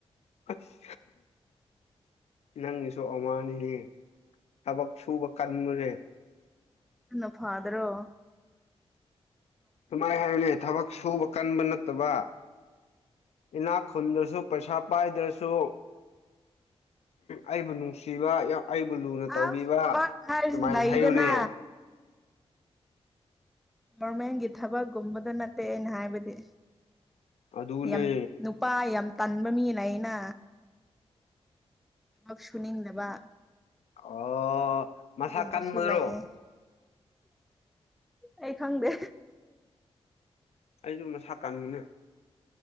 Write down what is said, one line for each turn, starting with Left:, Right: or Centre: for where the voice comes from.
Left: ꯑꯁ ꯅꯪꯒꯤꯁꯨ ꯑꯅꯤꯅꯦ ꯊꯕꯛ ꯁꯨꯕ ꯀꯟꯕꯨꯔꯦ
Centre: ꯑ ꯐꯥꯗꯔꯣ
Left: ꯇꯨ ꯍꯔꯅꯦ ꯊꯕꯛ ꯁꯣ ꯃꯀꯥꯟ ꯠꯇꯕ ꯏꯅꯥꯛ ꯈꯨꯟꯗ꯭ꯔꯁꯨ ꯄꯩꯁꯥ ꯄꯥꯏꯗ꯭ꯔꯁꯨ ꯑꯩꯕꯨ ꯅꯨꯡꯁꯤꯕ ꯌꯥꯝ ꯑꯩꯕꯨ ꯂꯨꯅ ꯇꯧꯕꯤꯕ
Centre: ꯑꯁ ꯊꯕꯛ ꯍꯥꯏꯔꯤꯁꯤ
Left: ꯑꯗꯨꯃꯥꯏꯅ
Centre: ꯂꯩꯗꯅ
Left: ꯍꯥꯏꯌꯨꯅꯦ
Centre: ꯒꯣꯔꯃꯦꯟꯒꯤ ꯊꯕꯛꯀꯨꯝꯕꯗ ꯅꯠꯇꯦ ꯑꯩꯅ ꯍꯥꯏꯕꯗꯤ
Left: ꯑꯗꯨꯅꯦ
Centre: ꯌꯥꯝ ꯅꯨꯄꯥ ꯌꯥꯝ ꯇꯟꯕ ꯃꯤꯅ ꯑꯩꯅ ꯊꯞ ꯁꯨꯅꯤꯡꯗꯕ
Left: ꯑꯣ
Centre: ꯑꯗꯨꯒꯨꯝꯕꯁꯨ
Left: ꯃꯁꯥ ꯀꯟꯕ꯭ꯔꯣ
Centre: ꯂꯩꯌꯦ ꯑꯩ ꯈꯪꯗꯦ
Left: ꯑꯩꯁꯨꯣ ꯃꯁꯥ ꯀꯟꯕꯅꯦ